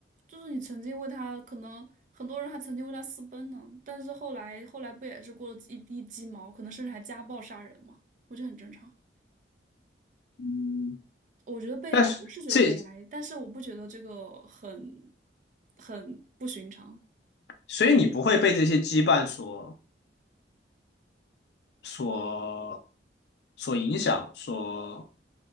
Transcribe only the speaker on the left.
嗯，
但是这
所以你不会被这些羁绊所所所影响，所